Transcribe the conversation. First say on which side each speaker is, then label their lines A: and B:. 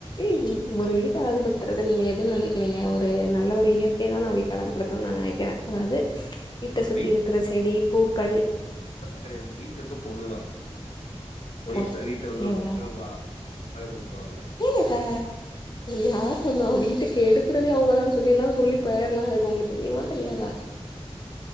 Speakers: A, on the left (about 40°); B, on the left (about 90°).
A: ஏய் ஒரு வீட்டைழகுபடுறது நீங்க எதுன்னு நினைக்கிறீங்க ஒரு நல்ல ஒரு இயற்கை தானே வீட்டு அழகுப்படுத்தும்னு நா நினைக்கிறே அதாவது வீட்ட
B: ஒரு
A: சுத்தி இருக்கிற செடி பூக்கள்
B: கிடையாது வீட்டு்ல இருக்க பொண்ணுதா
A: போ
B: ஒய்ஃப் தா வீட்ட வந்து
A: ஏங்க
B: ரொம்ப அழகா அழகுபடுத்துவாங்க
A: ஏங்கக்கா யார்ண்ண வீட்டு <unintelligible> வட்டுக்கு எடுக்கறதே அவங்கதான சொல்லில்லாம் சொல்லி போயிரலாம் அவங்களுக்கு தெரியுமா தெரியாதா